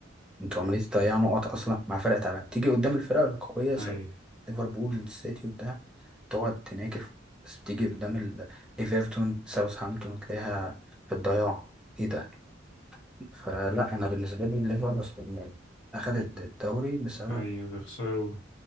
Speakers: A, in the centre; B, on the left.
A: انتوا عمالين تضيعوا نقط اصلا مع فرق تعبانه تيجي قدام الفرق القويه
B: اي
A: شباب ليفربول والسيتي وبتاع تقعد تناكف بس بتيجي قدام ال- ايفرتون ساوثهامبتون تلاقيها في الضياع ايه ده فلا انا بالنسبه لي الليفر يعني اخذت الدوري بسبب
B: اي بيخسروا